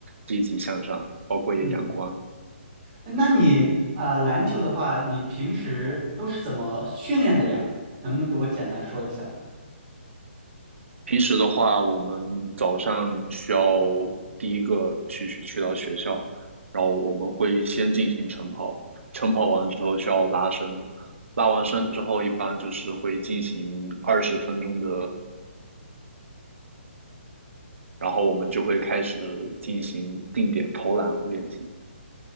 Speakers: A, on the right (about 75°); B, on the right (about 15°).
A: 积极向上，包括也阳光。
B: 嗯，那你啊，篮球的话，你平时都是怎么训练的呀？能不能给我简单说一下？
A: 平时的话，我们早上需要第一个去去去到学校，然后我们会先进行晨跑，晨跑完之后需要拉伸，拉完伸之后一般就是会进行二十分钟的，然后我们就会开始进行定点投篮练习，